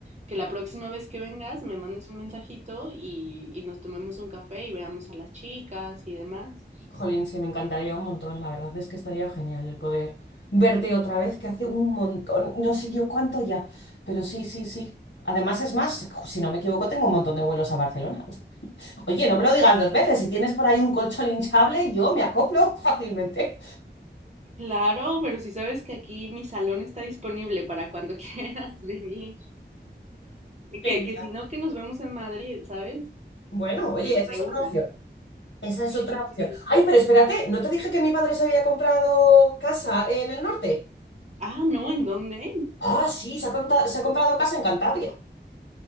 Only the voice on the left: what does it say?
Jolín, sí, me encantaría un montón. La verdad es que estaría genial el poder verte otra vez, que hace un montón, no sé yo cuánto ya, pero sí, sí, sí. Además, es más, si no me equivoco, tengo un montón de vuelos a Barcelona. Oye, no me lo digas dos veces. Si tienes por ahí un colchón hinchable, yo me acoplo <laughs> fácilmente.
Genial.
Bueno, oye,
esa
es otra
opción. Esa es
otra opción.
Ay, pero espérate, ¿no te dije que mi padre se había comprado casa en el norte?
Ah, sí, se ha, conta- se ha comprado casa en Cantabria.